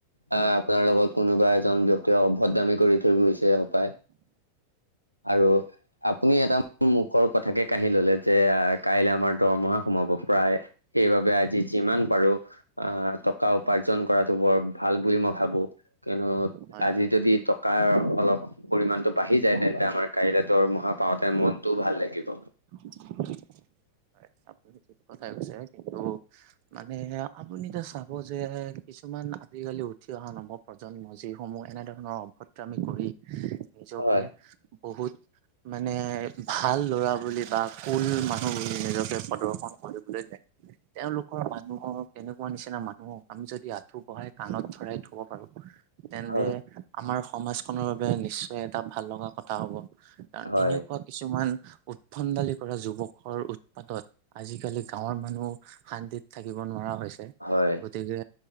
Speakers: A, on the left (about 85°); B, on the right (about 45°).
A: আ আপোনাৰ লগত কোনোবা এজন ব্যক্তিয়ে অভদ্ৰামী কৰি থৈ গৈছে হপায়।
B: <unintelligible>
A: আৰু আপুনি এটা মুখৰ কথাকে কাহি ললে যে আহ কাইলৈ আমাৰ দৰমহা সোমাব প্ৰায় সেইবাবে আজি যিমান পাৰো আহ টকা উপাৰ্জন কৰাটো বৰ ভাল বুলি মই ভাবো কিয়নো
B: হয় হয়
A: আজি
B: হয়
A: যদি কাৰ অলপ পৰিমাণটো বাঢ়ি যায় তেন্তে আমাৰ কাইলে দৰমহা পাওঁতে মনটোও ভাল লাগিব।
B: <unintelligible> হয় আপুনি ঠিক কথাই কৈছে কিন্তু মানে আপুনি এতিয়া চাব যে কিছুমান আজিকালি উঠি অহা নৱপ্ৰ প্ৰজন্ম যিসমূহ এনেধৰণৰ অভদ্ৰামি কৰি নিজকে
A: হয়
B: বহুত মানে ভাল ল'ৰা বুলি বা কুল মানুহ বুলি নিজকে প্ৰদৰ্শন কৰিবলৈ যায়। তেওঁলোকৰ মানুহৰ তেনেকুৱা নিচিনা মানুহক আমি যদি আঁঠু কহাই কাণত ধৰাই থব পাৰো। তেন্তে
A: হয়
B: আমাৰ সমাজখনৰ বাবে নিশ্চয় এটা ভাল লগা কথা হব। কাৰণ
A: হয়
B: এনেকুৱা কিছুমান উৎভণ্ডালি কৰা যুৱকৰ উৎপাতত আজিকালি গাঁৱৰ মানুহ শান্তিত থাকিব নোৱাৰা হৈছে।
A: হয়
B: গতিকে